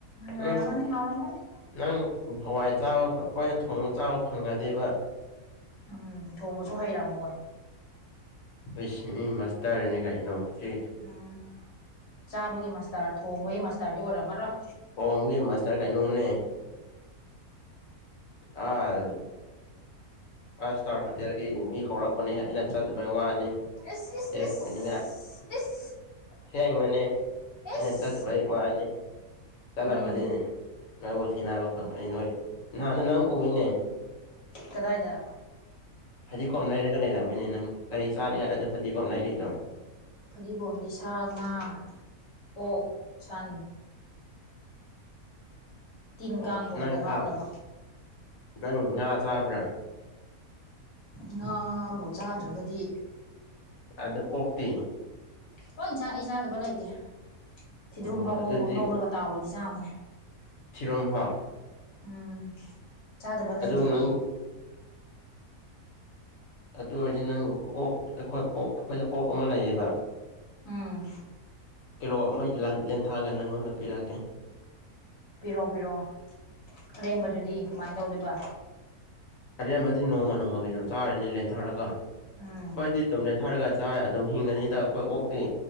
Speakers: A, on the left; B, on the left.
A: ꯅꯣꯏꯔꯃꯅꯤꯅꯦ
B: ꯎꯝ
A: ꯍꯥꯎꯔꯃꯅꯤ
B: ꯅꯪ ꯍꯋꯥꯏ ꯆꯥꯕ ꯑꯩꯈꯣꯏꯅ ꯊꯣꯡꯕ ꯆꯥꯕ ꯐꯪꯉꯗꯤꯕ
A: ꯎꯝ ꯊꯣꯡꯕꯁꯨ ꯍꯩꯔꯝꯃꯣꯏ
B: ꯑꯩꯁ ꯃꯤ ꯃꯁꯇꯔꯅꯤ ꯀꯩꯅꯣ ꯁꯤ
A: ꯎꯝ ꯆꯥꯕꯒꯤ ꯃꯁꯇꯥꯔ ꯊꯣꯡꯕꯒꯤ ꯃꯁꯇꯥꯔꯗꯤ ꯑꯣꯏꯔꯝꯃꯔꯣꯏ
B: ꯑꯣ ꯃꯒꯤ ꯃꯥꯁꯇꯔ ꯀꯥꯏꯩꯅꯣꯅꯦ ꯑ ꯐꯥꯏꯚ ꯏꯁꯇꯥꯔ ꯍꯣꯇꯦꯜꯒꯤ ꯃꯤ ꯀꯧꯔꯛꯄꯅꯦ ꯑꯩꯅ ꯆꯠꯇꯕꯩ ꯋꯥꯅꯤ
A: ꯏꯁ ꯏꯁ
B: ꯁꯦꯐ
A: ꯏꯁ
B: ꯑꯣꯏꯅꯤꯡꯉꯥꯏ
A: ꯏꯁ
B: ꯊꯦꯡꯕꯅꯦ ꯑꯩꯅ
A: ꯏꯁ
B: ꯆꯠꯇꯕ ꯍꯩ ꯋꯥꯅꯤ ꯆꯠꯂꯝꯃꯗꯤꯅꯤ
A: ꯎꯝ
B: ꯅꯣꯏꯕꯨ ꯊꯦꯡꯅꯕ ꯐꯪꯒꯅꯤ ꯅꯣꯏ ꯅꯍꯥꯟ ꯅꯍꯪ ꯑꯣꯏꯅꯦ
A: ꯀꯗꯥꯏꯗ
B: ꯐꯗꯤꯒꯣꯝ ꯂꯩꯔꯒ ꯂꯩꯔꯝꯃꯤꯅꯦ ꯅꯪ ꯀꯔꯤ ꯆꯥꯅꯤꯡꯉꯥꯏꯗꯗ ꯐꯗꯤꯒꯣꯝ ꯂꯩꯔꯤꯗꯣ
A: ꯐꯗꯤꯒꯣꯝꯗꯤ ꯁꯥ ꯉꯥ ꯀꯣꯛ ꯁꯟ ꯇꯤꯟ
B: ꯑꯣ
A: ꯀꯥꯡ ꯊꯣꯡꯕꯗ
B: ꯅꯪ
A: ꯍꯥꯞꯅꯕ
B: ꯁꯥ ꯅꯪ ꯉꯥ ꯆꯥꯕ꯭ꯔꯥ
A: ꯉꯥ ꯕꯣꯠ ꯆꯥꯗ꯭ꯔꯒꯗꯤ
B: ꯑꯗꯨ ꯑꯣꯛꯇꯦ
A: ꯍꯣꯏ ꯏꯟꯆꯥꯥꯛ ꯑꯩ ꯆꯥꯗꯕ ꯂꯩꯇꯦ ꯐꯤꯗ꯭ꯔꯨꯝ
B: ꯑꯣ
A: ꯐꯥꯎ
B: ꯑꯗꯨꯗꯤ
A: ꯉꯧꯔꯒ ꯇꯥꯎꯔꯗꯤ ꯆꯥꯕꯅꯦ
B: ꯊꯤꯔꯣꯝꯐꯥ
A: ꯎꯝ ꯆꯥꯗꯕ ꯂꯩꯇꯦ
B: ꯑꯗꯨ ꯅꯪ
A: ꯑꯩ
B: ꯑꯗꯨ ꯑꯣꯏꯔꯗꯤ ꯅꯪ ꯑꯣꯛ ꯑꯩꯈꯣꯏ ꯑꯣ ꯑꯩꯈꯣꯏꯗ ꯑꯣꯛ ꯑꯃ ꯂꯩꯌꯦꯕ
A: ꯎꯝ
B: ꯀꯤꯂꯣ ꯑꯃ ꯂꯦꯟꯊꯥꯑꯒ ꯅꯪꯉꯣꯟꯗ ꯄꯤꯔꯛꯑꯀꯦ
A: ꯄꯤꯔꯣꯑꯣ ꯄꯤꯔꯛꯑꯣ ꯑꯔꯦꯝꯕꯗꯨꯗꯤ ꯀꯃꯥꯏꯅ ꯇꯧꯗꯕ
B: ꯑꯔꯦꯝꯕꯗꯤ ꯅꯣꯡꯃ ꯅꯣꯡꯃꯒꯤ ꯑꯗꯨꯝ ꯆꯥꯔꯅꯤ ꯂꯦꯟꯊꯔꯒ
A: ꯎꯝ
B: ꯈꯣꯏꯗꯤ ꯑꯗꯨꯝ ꯊꯔꯒ ꯆꯥꯏ ꯑꯗꯨꯝ ꯍꯤꯡꯒꯅꯤꯗ ꯑꯩꯈꯣꯏ ꯑꯣꯛꯇꯤ